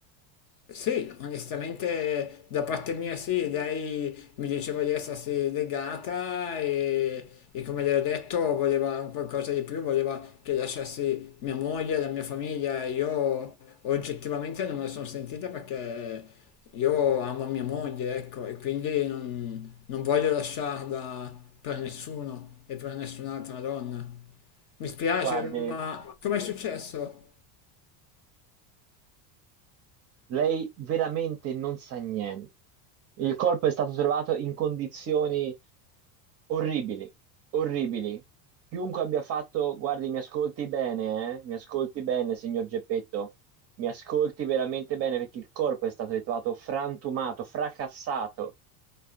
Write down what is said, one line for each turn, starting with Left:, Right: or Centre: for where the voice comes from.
Left: sì, onestamente da parte mia sì, lei mi diceva di essersi legata e, e come le ho detto voleva un qualcosa di più, voleva che lasciassi mia moglie, la mia famiglia. Io oggettivamente non me la sono sentita perché io amo mia moglie, ecco, e quindi non, non voglio lasciarla per nessuno e per nessun'altra donna. Mi spiace,
Right: Guardi,
Left: ma com'è successo?
Right: lei veramente non sa niente. Il corpo è stato trovato in condizioni orribili, orribili. Chiunque abbia fatto, guardi, mi ascolti bene, eh? Mi ascolti bene, signor Geppetto. Mi ascolti veramente bene perché il corpo è stato ritrovato frantumato, fracassato.